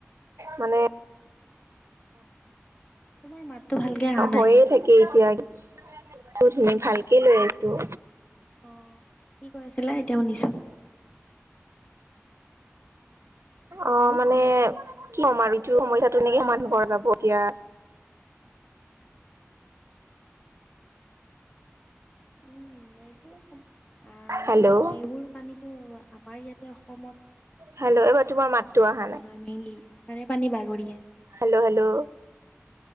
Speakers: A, on the right; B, on the left.
A: মা
B: তোমাৰ মাতটো ভালকে অহা
A: হৈয়ে
B: নাই
A: থাকে এতিয়া, <unintelligible> ভালকে লৈ আছোঁ।
B: অ', কি কৈ আছিলা? এতিয়া শুনিছোঁ। হেল্ল'
A: অ', মানে কি ক'ম আৰু, এইতো সমস্যাটো কেনেকে সমাধান কৰিবা এতিয়া।
B: উম, এইটো, আ
A: হেল্ল'
B: এইবোৰ পানীটো আমাৰ ইয়াতে অসমত
A: হেল্ল' <unintelligible> মাতটো আহা নাই।
B: <unintelligible> তাৰে পানী বাগৰিয়া
A: হেল্লো' হেল্লো'